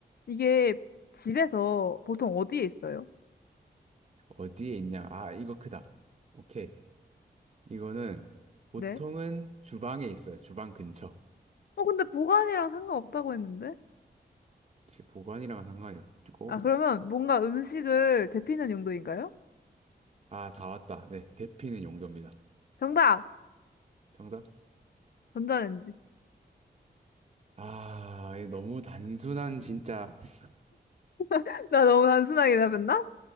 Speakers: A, on the left; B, on the right.
A: 이게 집에서 보통 어디에 있어요?
B: 어디에 있냐? 아, 이거 크다. 오케이. 이거는 보통은
A: 네.
B: 주방에 있어요. 주방 근처.
A: 어, 근데 보관이랑 상관없다고 했는데?
B: 혹시 보관이랑 상관이 없고.
A: 아, 그러면 뭔가 음식을 데피는 용도인가요?
B: 아, 다 왔다. 네, 대피는 용도입니다.
A: 정답!
B: 정답?
A: 전자레인지.
B: 아, 이 너무 단순한 진짜 <laughs>
A: <laughs> 나 너무 단순하게 답했나?